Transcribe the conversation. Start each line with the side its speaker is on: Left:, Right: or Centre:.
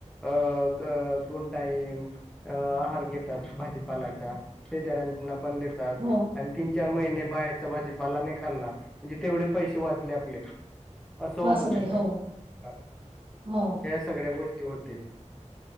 Centre: अ ग दोन टाईम अ हार घेतात भाजीपालाचा ते जरां न पण देतात
Right: हो
Centre: आणी तीन चार महिने बाहेरचा भाजीपाला नही खाल्ला, म्हणजे तेवढे पैसे वाचले आपले. असं होतं
Right: वाचले
Centre: तिथं
Right: हो हो
Centre: सगळ्या गोष्टी होतील